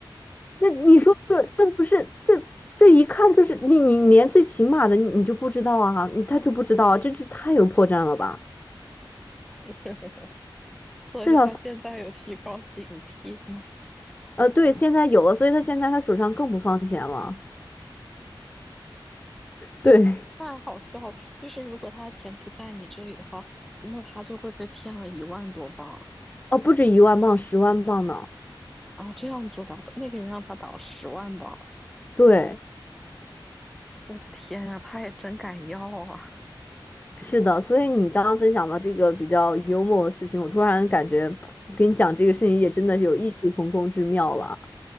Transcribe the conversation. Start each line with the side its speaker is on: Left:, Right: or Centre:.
Left: 那你说这这不是这这一看就是你你连最起码的你你就不知道啊，你他就不知道啊这就太有破绽了吧？
Centre: <laughs> 所以他现在有提高警惕吗？
Left: 是的，呃，对，现在有了，所以他现在他手上更不放钱了。对，
Centre: 太好笑了！就是如果他的钱不在你这里的话，那他就会被骗了一万多镑
Left: 哦，不止一万镑，十万镑呢。
Centre: 啊，这样子的，那个人让他挡十万吧！
Left: 对。
Centre: 我的天呀，他也真敢要啊！
Left: 是的，所以你刚刚分享到这个比较幽默的事情，我突然感觉跟你讲这个事情也真的是有异曲同工之妙了。